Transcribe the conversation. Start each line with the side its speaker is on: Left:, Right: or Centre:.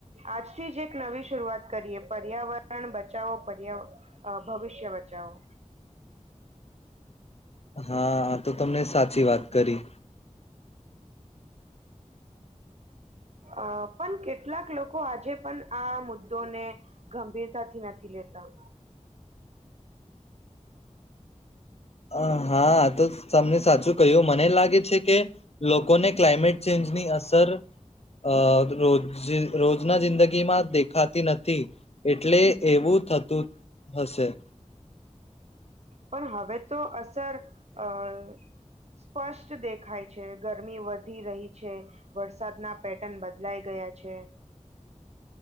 Right: આજથી જ એક નવી શરૂઆત કરીએ પર્યાવરણ બચાવો પર્યા ભવિષ્ય બચાવો
Left: હા તો તમને સાચી વાત કરી
Right: અ પણ કેટલાક લોકો આજે પણ આ મુદ્દોને ગંભીરતાથી નથી લેતા
Left: અ હા તો તમને સાચું કહ્યું મને લાગે છે કે લોકોને ક્લાયમેટ ચેન્જની અસર અ રોજ રોજના જિંદગી માં દેખા. નથી એટલે એવું. તું હશે.
Right: પણ હવે તો અસર અહ સ્પષ્ટ દેખાય છે. ગરમી વધી રહી છે. વરસાદના પેટર્ન બદલાઈ ગયા છે.